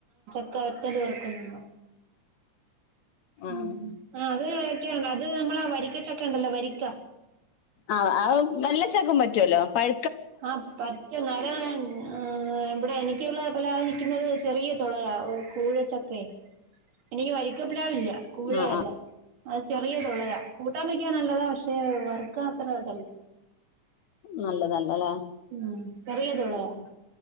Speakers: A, on the right; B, on the left.
A: ക്ക വറ്റല് വറക്കുന്നെന്നോ
B: ആഹ്
A: ഉം അതൊക്കെയാണ് അത് നമ്മളെ വരിക്ക ചക്ക ഉണ്ടല്ലോ വരിക്ക
B: ആഹ് ആഹ് നല്ല ചക്കും പറ്റുവല്ലോ പഴ
A: ആഹ് പറ്റും <unintelligible> ഏഹ് ഇവിടെ എനി ക്കുള്ള പലാതെ നിക്കുന്നത് ചെറിയ ചൊളയാ ഏഹ് കൂഴച്ചക്കെ എനിക്ക് വരിക്ക പ്ലാവില്ല കൂഴയല്ല
B: ആ ആ
A: ചെറിയ ചുളയാ കൂട്ടാ വെക്കാൻ നല്ലതാ പക്ഷെ വർക്കാൻ അത്ര ഇതല്ല.
B: നല്ലതല്ലാ ലേ
A: ഉം ചെറിയ തുളയാ
B: ഉം